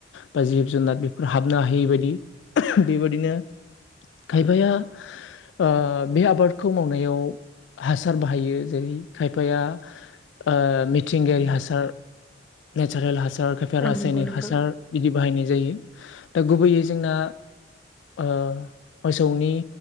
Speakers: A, on the left (about 70°); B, in the centre.
A: बा जिब जुनार बेफोर हाबनो हा यैबायदि बेबायदिनो खायफाया ओ बे आबादखौ मावनायाव हासार बाहायो जेरै खायफाया ओ मिथिंगायारि हास सार नेसारेल हासार खायफा रासायनारि
B: औ नंगौ नोंथां
A: हासार बिदि बाहायनाय जायो दा गुबैयै जोंना ओ मोसौनि